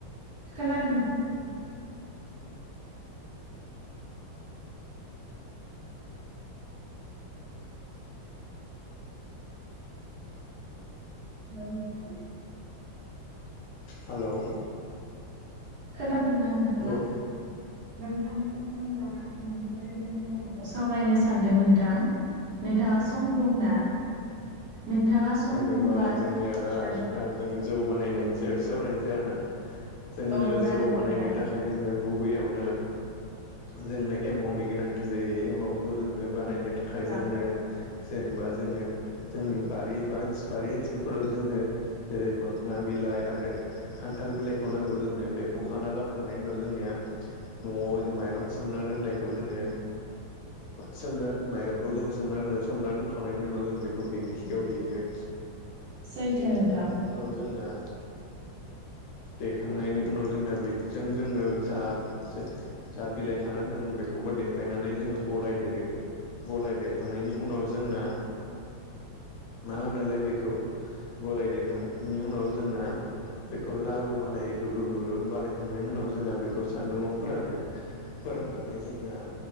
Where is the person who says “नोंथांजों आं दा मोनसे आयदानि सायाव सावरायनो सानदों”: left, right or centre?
Right